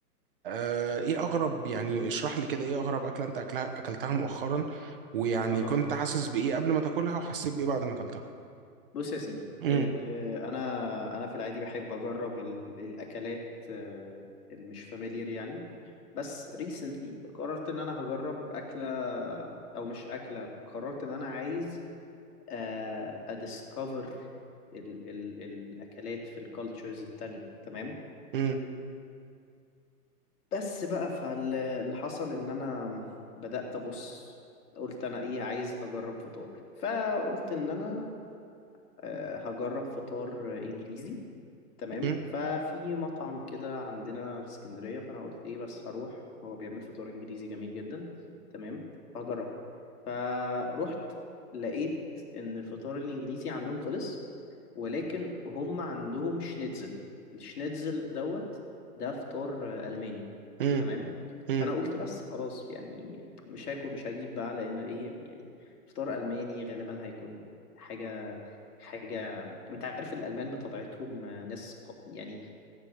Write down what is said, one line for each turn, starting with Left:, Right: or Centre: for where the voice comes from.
Right: آه ايه اغرب يعني اشرح لي كده ايه اغرب اكله انت اكلها اكلتها مؤخرا ويعني
Left: اها
Right: كنت حاسس بايه قبل ما تاكلها وحسيت بايه بعد ما اكلتها
Left: بص يا سيدي
Right: امم
Left: آه، انا انا في العادي بحب اجرب ال- الاكلات آه، اللي مش فاميليار يعني بس ريسنتلي قررت ان انا هجرب اكله او مش اكله قررت ان انا عايز آه، اديسكفر ال ال الاكلات في الكالتشرز التانية تمام
Right: امم
Left: بس بقى فاللي حصل ان انا بدأت ابص قلت انا ايه عايز اجرب فطار فقلت ان انا آه، هجرب فطار انجليزي تمام
Right: امم
Left: ففي مطعم كده عندنا في اسكندرية فأنا قلت إيه بس هروح هو بيعمل فطار إنجليزي جميل جدا تمام فهجربه فروحت لقيت إن الفطار الإنجليزي عندهم خلص ولكن هم عندهم شنيتزل الشنيتزل دوت ده فطار آه، ألماني
Right: امم،
Left: تمام
Right: امم.
Left: فأنا قلت بس خلاص يعني مش هاكل مش هجيب بقى لأن إيه يعني فطار ألماني غالبا هيكون حاجة حاجة انت عارف الألمان بطبيعتهم آه، ناس ق- يعني